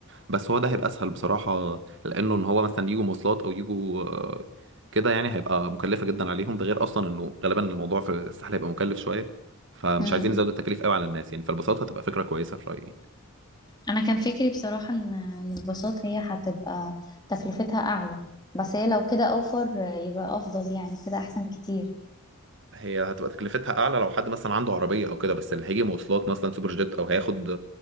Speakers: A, on the right; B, on the left.
A: بس هو ده هيبقى اسهل بصراحه لانه ان هو مثلا يجوا مواصلات او يجوا آه، كده يعني هيبقى مكلفه جدا عليهم ده غير اصلا انه غالبا الموضوع في الساحل هيبقى مكلف شويه فمش
B: مم.
A: عايزين نزود التكاليف قوي على الناس يعني فالباصات هتبقى فكره كويسه في رايي
B: أنا كان فكري بصراحة إن إن الباصات هي هتبقى تكلفتها أعلى بس هي لو كده أوفر آه، يبقى أفضل يعني كده أحسن كتير
A: هي هتبقى تكلفتها اعلى لو حد مثلا عنده عربيه او كده بس اللي هيجي مواصلات مثلا سوبر جيت او هياخد